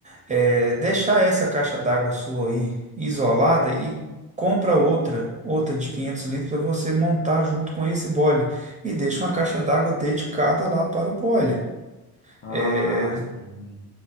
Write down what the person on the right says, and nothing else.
eh, deixar essa caixa d'água sua aí isolada e compra outra,
outra de 500 litros para você montar junto com esse boiler e deixa uma caixa d'água dedicada lá para o boiler.
Eh,